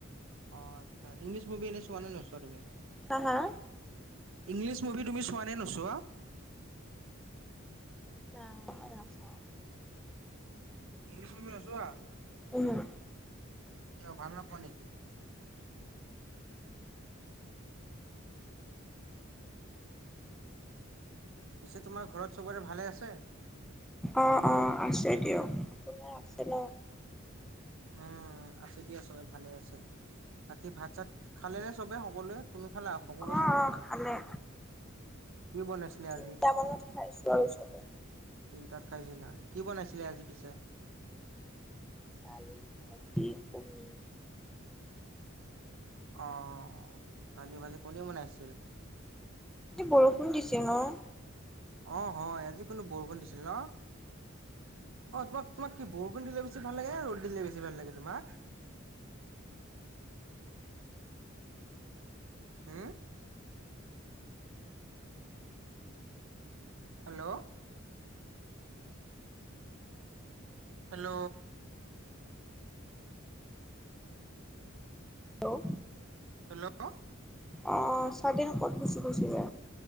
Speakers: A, on the right (about 70°); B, in the centre.
A: আচ্ছা, ইংলিশ মুভি এনে চোৱা নে নোচোৱা তুমি?
B: হা হা?
A: ইংলিছ মুভি তুমি চোৱা নে নচোৱা?
B: না মই নাচাওঁ।
A: ইংলিছ মুভি নোচোৱা।
B: উম।
A: কিয় ভাল নোপোৱা নেকি? পিছে তোমাৰ ঘৰত চবৰে ভালে আছে?
B: অ', অ', আছে দিয়ক আপোনাৰ আছে ন?
A: উম আছে দিয়া চবে ভালে আছে, বাকী ভাত চাত খালে নে চবে সকলোৱে? তুমি খালা? সকলোৱে
B: অ', অ',
A: খালে?
B: খালে।
A: কি বনাইছিলে
B: তিনিটা
A: আজি?
B: মানত খাইছো আৰু চবে।
A: তিনটাত খাইছিলা, কি বনাইছিলে আজি পিছে?
B: দালি, ভাজি, কণী।
A: অ' দালি, ভাজি, কণী বনাইছিল?
B: এ, বৰষুণ দিছিল অ'।
A: অ' হয় আজি কোনো বৰষুণ দিছিল ন'? অ' তোমাক তোমাক কি বৰষুণ দিলে বেছি ভাল লাগে নে ৰ'দ দিলে বেছি ভাল লাগে তোমাক? হু? হেল্ল'। হেল্ল'।
B: হেল্ল'।
A: হেল্ল'।
B: অ' <unintelligible> ক'ত গুচি গৈছিলে?